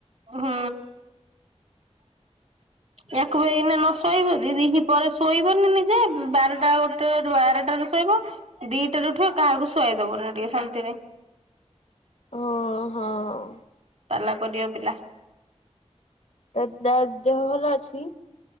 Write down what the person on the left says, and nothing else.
ହଁ ହଁ।
ତା ତା ଦେହ ଭଲ ଅଛି?